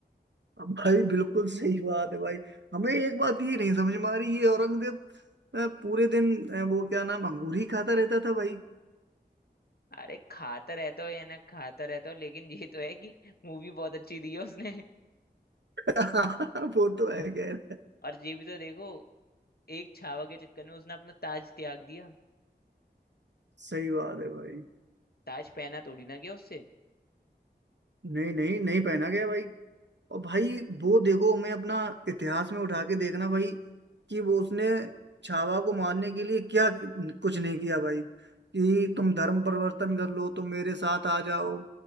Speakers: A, on the right; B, on the left.
A: अब भाई बिल्कुल सही बात है भाई हमें एक बात ये नहीं समझ में आ रही ये औरंगजेब अ, पूरे दिन अ, वो क्या नाम अंगूर ही खाता रहता था भाई
B: अरे खाता रहता हो या ना खाता रहता हो लेकिन ये तो है कि मूवी बहुत अच्छी दी है उसने
A: <laughs> वो तो है कह रहे
B: और ये भी तो देखो एक छावा के चक्कर में उसने अपना ताज त्याग दिया
A: सही बात है भाई
B: ताज पहना थोड़ी ना गया उससे
A: नहीं नहीं नहीं पहना गया भाई और भाई वो देखो मैं अपना इतिहास में उठा के देखना भाई कि वो उसने छावा को मारने के लिए क्या कुछ नहीं किया भाई कि तुम धर्म परिवर्तन कर लो तुम मेरे साथ आ जाओ